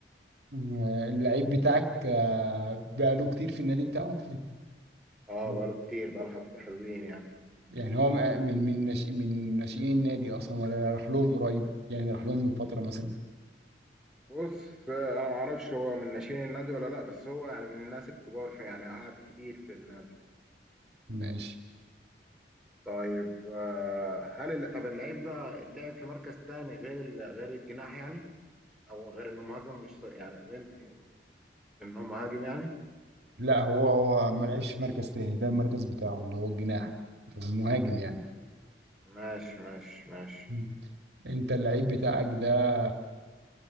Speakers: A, on the right; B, in the centre.
A: مم. آه، اللعيب بتاعك آه، بقاله كتير في النادي بتاعه
B: اه
A: مم.
B: بقاله كتير بقاله حبة حلوين يعني
A: يعني هو م- من من ناشئ من ناشئين النادي اصلا ولا راح لهم قريب يعني راح لهم من فترة مثلا
B: بص آه، انا ما اعرفش هو من ناشئين النادي ولا لا بس هو يعني من الناس الكبار في يعني قعد كتير في النادي
A: ماشي
B: طيب آه، هل الل- طب اللعيب ده لعب في مركز تاني غير ال... غير الجناح يعني او غير انه مهاجم مش ص- يعني غير ج- انه مهاجم يعني
A: لا هو هو ما لعبش في مركز تاني ده المركز بتاعه اللي هو الجناح او المهاجم يعني
B: ماشي ماشي ماشي
A: مم. انت اللعيب بتاعك ده